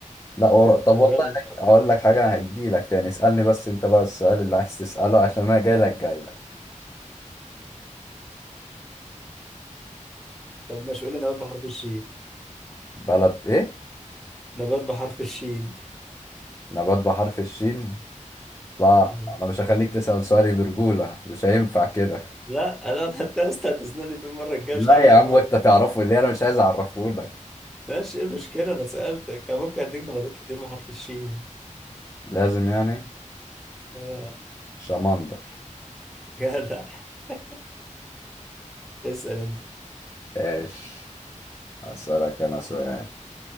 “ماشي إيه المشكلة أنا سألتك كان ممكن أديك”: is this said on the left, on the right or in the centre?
Centre